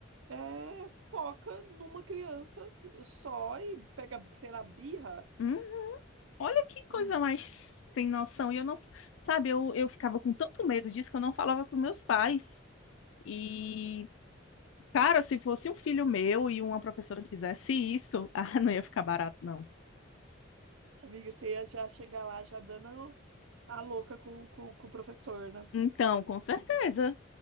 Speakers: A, on the right; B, on the left.
A: é, foca numa criança s- só e pega, sei lá, birra?
B: Hum, olha que coisa
A: Hum,
B: mais sem noção. E eu não, sabe, eu, eu ficava com tanto medo disso que eu não falava pros meus pais. E, cara, se fosse um filho meu e uma professora fizesse isso, <laughs> ah, não ia ficar barato, não.
A: Amiga, você ia já chegar lá já dando a louca com, com, com o professor, né?
B: Então, com certeza,